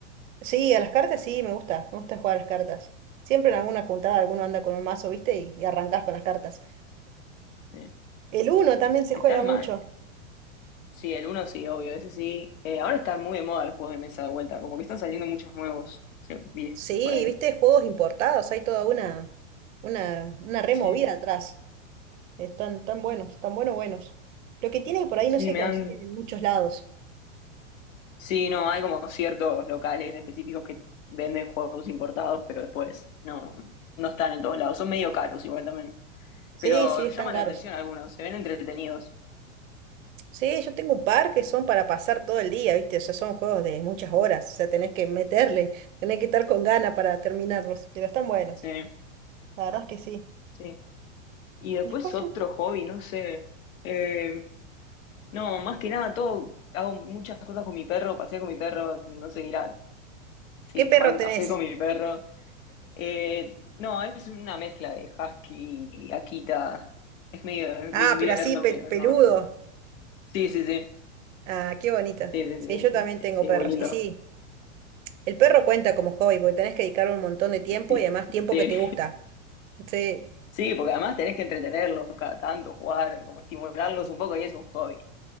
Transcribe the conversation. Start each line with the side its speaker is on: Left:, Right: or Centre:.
Right: Sí, a las cartas sí, me gusta, me gusta jugar a las cartas. Siempre en alguna juntada alguno anda con un mazo, ¿viste? Y, y arrancás con las cartas.
Left: Sí.
Right: El uno también se
Left: Están
Right: juega mucho.
Left: mal, Sí, el uno sí, obvio, ese sí. Eh, ahora están muy de moda los juegos de mesa de vuelta, como que están saliendo muchos nuevos, sí, vi
Right: Sí,
Left: por ahí.
Right: viste, juegos importados, hay toda una, una, una removida
Left: Sí,
Right: atrás. Están tan buenos, tan buenos, buenos. Lo que tiene que por ahí
Left: sí,
Right: no se
Left: me
Right: consiguen
Left: dan...
Right: en muchos lados.
Left: Sí, no, hay como ciertos locales específicos que venden juegos importados, pero después no, no están en todos lados. Son medio caros igual también,
Right: Sí,
Left: pero
Right: sí, están
Left: llaman
Right: caros.
Left: la atención algunos, se ven entretenidos.
Right: Sí, yo tengo un par que son para pasar todo el día, viste, o sea, son juegos de muchas horas, o sea, tenés que meterle, tenés que estar con ganas para terminarlos, pero están buenos.
Left: Sí,
Right: La verdad es que sí.
Left: sí. Y después
Right: Después
Left: otro
Right: no.
Left: hobby, no sé. Eh, no, más que nada, todo, hago muchas cosas con mi perro, paseo con mi perro, no sé, ir a Sí,
Right: ¿Qué perro
Left: tomar un
Right: tenés?
Left: café con mi perro. Eh, no, es una mezcla de husky y Akita. Es medio
Right: Ah,
Left: de invierno,
Right: pero así pel-
Left: pero
Right: peludo.
Left: no. Sí, sí, sí.
Right: Ah, qué bonito.
Left: Sí, sí,
Right: Sí,
Left: sí.
Right: yo también tengo
Left: Sí,
Right: perros.
Left: muy lindo.
Right: Y sí, El perro cuenta como hobby porque tenés que dedicarle un montón de tiempo
Left: ¿Viste?
Right: y además tiempo
Left: Sí.
Right: que te gusta. Sí,
Left: Sí, porque además tenés que entretenerlos cada tanto, jugar, como estimularlos un poco y es un hobby,